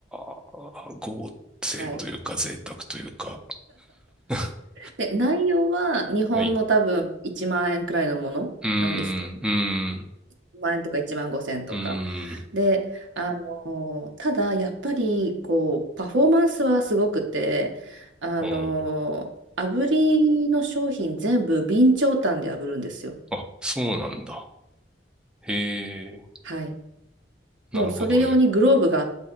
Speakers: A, in the centre; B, on the right.
A: あ、合成というか贅沢というか。
B: はい。
A: <laughs>
B: で、内容は日本の多分1万円くらいのものなんですけど、
A: はい。うーん、うーん、
B: 1万円とか1万5千円とか。
A: うーん、
B: で、あの、ただ、やっぱり、こう、パフォーマンスはすごくて、あの、
A: うん
B: 炙りの商品全部備長炭で炙るんですよ。
A: あ、そうなんだ。へえ、
B: はい。
A: なるほどね。
B: もうそれ用にグローブがあっ